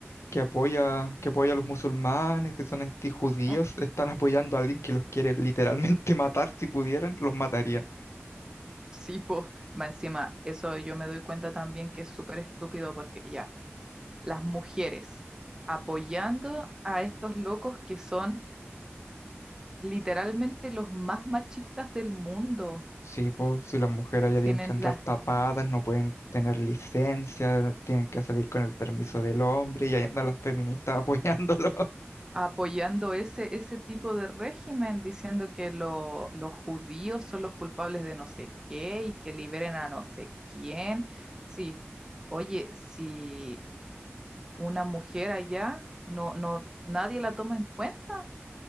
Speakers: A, on the left (about 80°); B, on the right (about 15°).
A: que apoya, que apoya a los musulmanes, que son antijudíos,
B: Mm,
A: están apoyando a alguien que los quiere literalmente <laughs> matar, si pudieran, los matarían.
B: Sí, po. Más encima, eso yo me doy cuenta también que es súper estúpido porque ya. las mujeres apoyando a estos locos que son literalmente los más machistas del mundo.
A: Sí, pues, si las mujeres ya tienen
B: Tienen
A: que andar
B: las
A: tapadas, no pueden tener licencia, tienen que salir con el permiso del hombre y ahí andan las feministas apoyándolo. <laughs>
B: apoyando ese, ese tipo de régimen, diciendo que lo- los judíos son los culpables de no sé qué y que liberen a no sé quién. Sí, oye, si una mujer allá no, no, nadie la toma en cuenta,